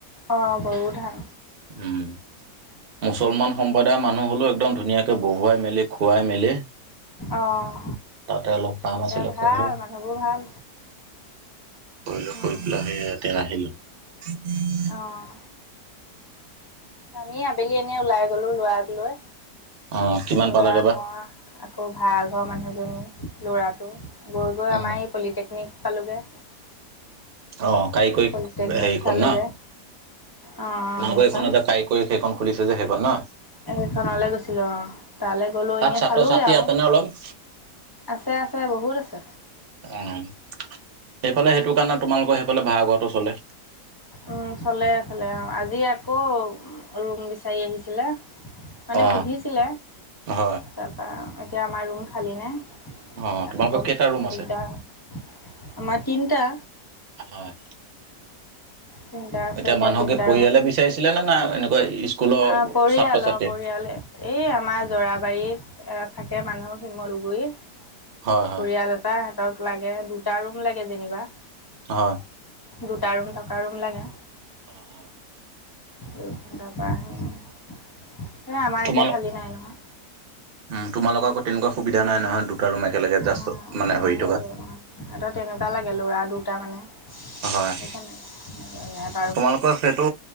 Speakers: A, on the left (about 30°); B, on the right (about 45°).
A: অ', বড়ো ধান।
B: উম্, মুছলমান
A: অঁ
B: সম্প্ৰদায়ৰ মানুহ। হ'লেও একদম ধুনীয়াকৈ বহুৱাই মেলি, খুৱাই মেলি।
A: অঁ
B: তাতে অলপ কাম
A: তাকে
B: আছিলে,
A: ভাল
B: কৰিলো।
A: মানুহবোৰ ভাল
B: কৰিলো,
A: অঁ
B: কৰি পেলাই সেই ইয়াতে আহিলোঁ। উম্, উম্।
A: অ', আমি আবেলি এনেই ওলাই গলো ল'ৰাক লৈ।
B: অ কিমান
A: ল'ৰা
B: পালাগে বা
A: মই। আকৌ ভাড়াঘৰৰ মানুহজনী, ল'ৰাটো গৈ গৈ
B: উম,
A: আমাৰ এই পলিটেকনিক পালোঁগৈ।
B: অ', কাৰি কৰ
A: পলিটেকনিক
B: হেৰি
A: চালোঁগৈ
B: খন ন।
A: অঁ
B: তোমালোকৰ
A: এইখন
B: এইখনত যে কাই কৰি সেইখন খুলিছে যে সেইখন ন।
A: সেইখনলে গৈছিলোঁ অ', তালৈ গ'লো
B: তাত
A: এনেই
B: ছাত্ৰ
A: চালোগে
B: ছাত্ৰী
A: আৰু।
B: আছে নে অলপ,
A: আছে আছে বহুত আছে।
B: অ', সেইফালে সেইটো কাৰণে তোমালোকৰ সেইফালে ভাড়াঘৰটো চলে।
A: উম্, চলে এইফালে অ', আজি আকৌ ৰুম বিচাৰি আহিছিলে। মানে
B: অ
A: সুধিছিলে,
B: হয়
A: তাৰপৰা এতিয়া আমাৰ ৰুম খালী নাই।
B: অ
A: সেইকাৰণে
B: তোমালোকৰ কেইটা ৰুম আছে
A: দিগদাৰ, আমাৰ তিনিটা।
B: অ',
A: তিনিটা আছে
B: এতিয়া মানুহক
A: তিনিটা
B: কি পৰিয়ালে বিচাৰিছিলে নে, নাই এনেকুৱা স্কুলৰ
A: অহ, পৰিয়ালৰ,
B: ছাত্ৰ ছাত্ৰী
A: পৰিয়ালেই এই আমাৰ জৰাবাৰীত থাকে মানুহ শিমলুগুৰি পৰিয়াল
B: হয় হয়
A: এটা তাহঁতক লাগে দুটা ৰুম লাগে যেনিবা।
B: হয়।
A: দুটা ৰুম থকা ৰুম লাগে।
B: অহ', অহ'।
A: তাৰপৰা সেই আৰু। আমাৰ
B: তোমালোক
A: এতিয়া খালী নাই নহয়।
B: উম, তোমালোক আকৌ তেনেকুৱা সুবিধা নাই নহয় দুটা ৰুম একেলগে
A: অ',
B: জাষ্ট মানে
A: অ'
B: হৈ
A: সেইটো
B: থকা
A: অহ। তেহঁতক তেনেকুৱা লাগে ল'ৰা দুটা মানে
B: হয়
A: সেইকাৰে। <unintelligible>
B: তোমালোকৰ সেইটো